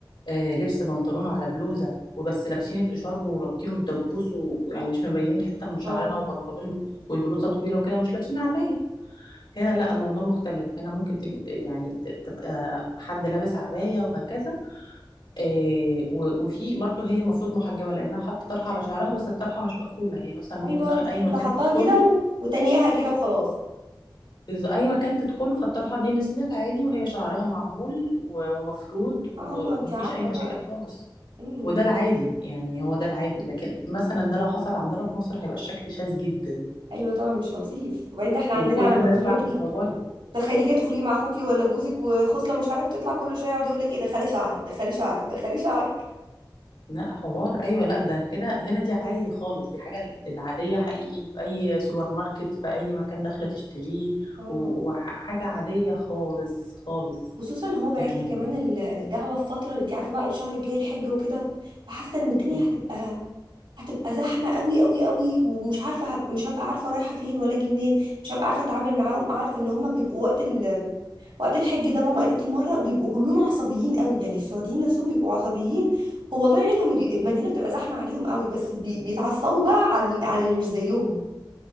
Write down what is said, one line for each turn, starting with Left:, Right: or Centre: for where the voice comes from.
Left: آه، لبس بنطلون على بلوزة وبس لابسين الإشارب ورابطينه بدبوس و- ويعني مش مبينين حتة من شعرنا
Right: اه
Left: وبنطلون والبلوزة طويلة وكده ومش لابسين عباية هنا لا الموضوع مختلف هنا ممكن تل... يعني ت- تبقى حد لابس عباية وهكذا آه، و- وفي برضه هي المفروض محجبة لأنها حاطة طرحة على شعرها بس الطرحة مش مقفولة هي مثلا ممكن
Right: ايوه
Left: أي
Right: بتحط
Left: أي مكان
Right: حطها
Left: تدخله
Right: كده و... وتانياها كده وخلاص
Left: بز- اي مكان تدخله فالطرحه دي نزلت عادي وهي شعرها معمول و- ومفرود و-
Right: اه هما انت
Left: ومفيش
Right: عارفه
Left: اي مشاكل
Right: بقى
Left: خالص
Right: امم إمم.
Left: وده العادي يعني هو ده العادي لكن مثلا ده لو حصل عندنا في مصر هيبقى الشكل شاذ جدا
Right: ايوه طبعا مش لطيف وبعدين ده احنا
Left: وكل
Right: عندنا
Left: الناس
Right: لما تخرجي
Left: بقى هتصور
Right: تخيلي كده تخرجي مع اخوكي ولا جوزك وخصله من شعرك تطلع كل شويه يقعد يقول لك ايه دخلي شعرك دخلي شعرك دخلي شعرك
Left: لا حوار ايوه لا ده كده هنا دي عادي خالص دي حاجه العاديه حقيقي في اي سوبر ماركت في اي مكان داخله تشتريه
Right: اه
Left: و- وحاجه عاديه خالص خالص
Right: خصوصا هو باعت
Left: يعني
Right: لي كمان ال- الدعوه في فتره انت عارفه بقى الشهر الجاي الحج وكده فحاسه ان الدنيا
Left: آه.
Right: هتبقى هتبقى زحمة قوي قوي قوي ومش عارفة هب... مش هبقى عارفة رايحة فين ولا اجي منين مش هبقى عارفة اتعامل معاهم اعرف ان هما بيبقوا وقت ال... وقت الحج ده ماما قالت لي مرة بيبقوا كلهم عصبيين قوي يعني السعوديين نفسهم بيبقوا عصبيين هو الله يعينهم ال- المدينة بتبقى زحمة عليهم قوي بس بي... بيتعصبوا بقى على على اللي مش زيهم